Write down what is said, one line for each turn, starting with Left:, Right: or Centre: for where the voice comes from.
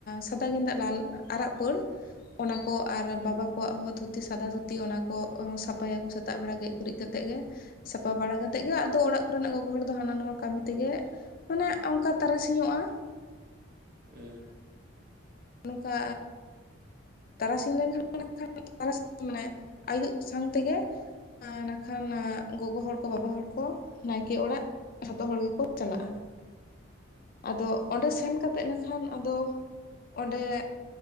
Left: ᱥᱟᱫᱟ ᱜᱮᱸᱫᱟᱜ ᱞᱟᱞ ᱟᱨᱟᱜ ᱯᱟᱹᱲ᱾ ᱚᱱᱟ ᱠᱚ ᱟᱨ
Right: ᱦᱮᱸ
Left: ᱵᱟᱵᱟ ᱠᱚᱣᱟᱜ ᱦᱚᱸ ᱫᱷᱩᱛᱤ ᱥᱟᱫᱟ ᱫᱷᱤᱛᱤᱼᱼ ᱫᱷᱩ ᱚᱱᱟ ᱠᱚ ᱥᱟᱯᱷᱟᱭᱟᱠᱚ ᱥᱮᱛᱟᱜ ᱵᱮᱲᱟ ᱜᱮᱡ ᱜᱩᱨᱤᱡ ᱠᱟᱛᱮ ᱜᱮ ᱥᱟᱯᱷᱟ ᱵᱟᱲᱟ ᱠᱟᱛᱮᱫ ᱜᱮ ᱟᱫᱚ ᱚᱲᱟᱜ ᱠᱚᱨᱮᱱᱟᱜ ᱜᱚᱜᱚ ᱦᱚᱲ ᱫᱚ ᱦᱟᱱᱟ ᱱᱚᱣᱟ ᱠᱟᱹᱢᱤ ᱛᱮᱜᱮ, ᱢᱟᱱᱮ ᱚᱱᱠᱟ ᱛᱟᱨᱟ ᱥᱤᱧᱚᱜᱼᱟ
Right: ᱮᱸ
Left: ᱱᱚᱝᱠᱟᱼᱼ ᱛᱟᱨᱟᱥᱤᱧ ᱞᱮᱱᱠᱷᱟᱱ ᱛᱟᱨᱟᱥᱤᱧ ᱢᱟᱱᱮ ᱟᱭᱩᱵ ᱥᱟᱶ ᱛᱮᱜᱮᱼᱼ ᱱᱟᱠᱷᱟᱱ ᱜᱚᱜᱚ ᱦᱚᱲ ᱠᱚ ᱵᱟᱵᱟ ᱦᱚᱲ ᱠᱚ ᱱᱟᱭᱠᱮ ᱚᱲᱟᱜ ᱡᱚᱛᱚ ᱦᱚᱲ ᱜᱮᱠᱚᱼᱼ ᱪᱟᱞᱟᱜᱼᱟ ᱟᱫᱚ ᱚᱸᱰᱮ
Right: ᱦᱮᱸ
Left: ᱥᱮᱱ ᱠᱟᱛᱮ ᱱᱟᱠᱷᱟᱱ ᱟᱫᱚᱼᱼ ᱚᱸᱰᱮ